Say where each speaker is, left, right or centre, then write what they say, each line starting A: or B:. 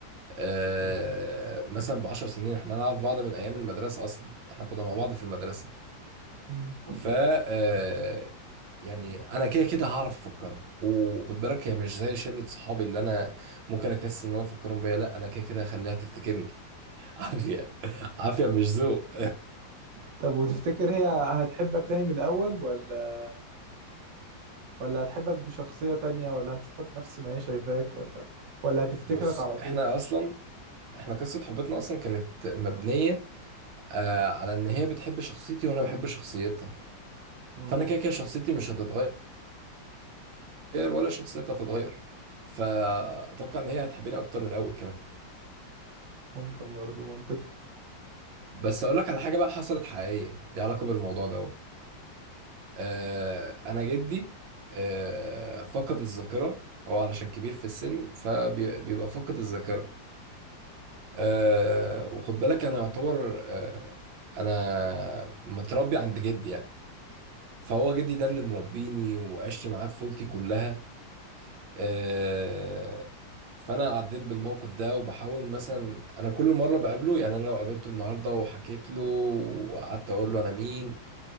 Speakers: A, on the right; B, on the right.
A: آه... مثلا بعشر سنين إحنا نعرف بعض من أيام المدرسة أصلا إحنا كنا مع بعض في المدرسة
B: مم.
A: ف آه... يعني أنا كده كده هعرف أفكرها وخد بالك هي مش زي شلة صحابي اللي أنا ممكن أكسل إن أنا أفكرهم بيا لأ أنا كده كده هخليها تفتكرني <laughs> عافية عافية مش ذوق
B: طب وتفتكر هي هتحبك تاني من الأول ولا ولا هتحبك بشخصية تانية ولا هتشوفك نفس ما هي شايفاك ولا ولا
A: <laughs>
B: هتفتكرك
A: بص
B: على طول
A: إحنا أصلا إحنا قصة حبتنا أصلا كانت مبنية آه على ان هي بتحب شخصيتي وانا بحب شخصيتها
B: مم.
A: فانا كده كده شخصيتي مش هتتغير ولا شخصيتها هتتغير فاتوقع ان هي هتحبني اكتر من الاول كمان
B: ممكن برضه منطقي
A: بس اقول لك على حاجه بقى حصلت حقيقيه ليها علاقه بالموضوع ده اهو. آه انا جدي آه فقد الذاكره هو علشان كبير في السن فبيبقى فاقد الذاكره آه وخد بالك انا يعتبر آه انا متربي عند جدي يعني فهو جدي ده اللي مربيني وعشت معاه طفولتي كلها آه، فانا عديت بالموقف ده وبحاول مثلا انا كل مره بقابله يعني انا لو قابلته النهارده وحكيت له وقعدت اقول له انا مين